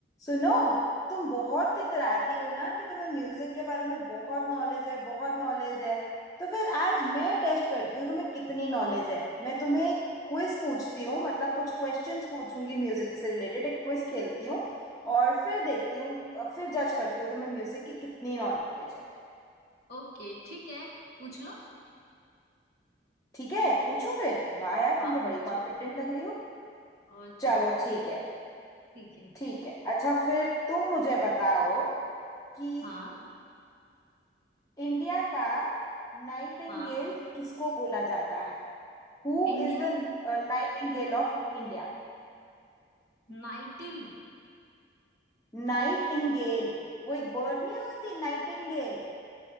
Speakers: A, on the left; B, on the left.
A: सुनो तुम बहुत इतराती हो ना कि तुम्हें म्यूजिक के बारे में बहुत नॉलेज है बहुत नॉलेज है तो फिर आज मैं टेस्ट करती हूँ तुम्हें कितनी नॉलेज है मैं तुम्हें एक क्विज पूछती हूँ मतलब कुछ क्वेश्चंस पूछूंगी म्यूजिक से रिलेटेड एक क्विज खेलती हूँ और फिर देखती हूँ और फिर जज करती हूँ तुम्हें म्यूजिक की कितनी नॉलेज है
B: Okay ठीक है पूछ लो
A: ठीक है पूछूं फिर
B: ठीक है
A: वाह यार
B: हाँ
A: तुम
B: पूछो
A: तो बड़ी कॉन्फिडेंट लग रही हो
B: और
A: चलो
B: क्या
A: ठीक है
B: ठीक है
A: ठीक है अच्छा फिर तुम मुझे बताओ कि
B: हाँ
A: इंडिया का नाइटिंगेल
B: हाँ
A: किसको बोला जाता है Who
B: इंडिया
A: is the
B: का
A: nightingale of India
B: नाइटिल
A: Nightingale वो एक बर्ड नहीं होती नाइटिंगेल